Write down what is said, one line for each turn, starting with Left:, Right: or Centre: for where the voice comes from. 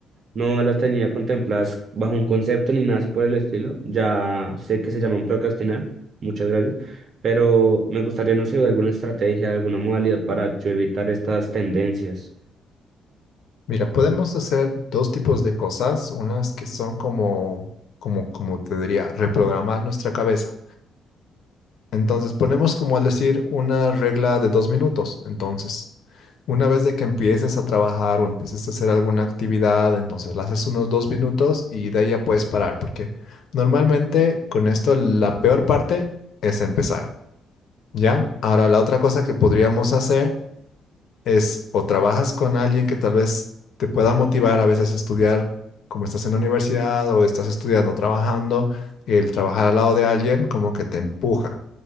Right: No las tenía contempladas bajo un concepto ni nada así por el estilo. Ya sé que se llaman procrastinar. Muchas gracias. Pero me gustaría, no sé, alguna estrategia, alguna modalidad para yo evitar estas tendencias.
Left: Mira, podemos hacer dos tipos de cosas, unas que son como, como, como te diría, reprogramar nuestra cabeza. Entonces ponemos como al decir una regla de dos minutos. Entonces, una vez de que empieces a trabajar o empieces a hacer alguna actividad, entonces la haces unos dos minutos y de ahí ya puedes parar, porque normalmente con esto la peor parte es empezar, ¿ya? Ahora, la otra cosa que podríamos hacer es o trabajas con alguien que tal vez te pueda motivar a veces a estudiar, como estás en la universidad o estás estudiando, trabajando, el trabajar al lado de alguien como que te empuja.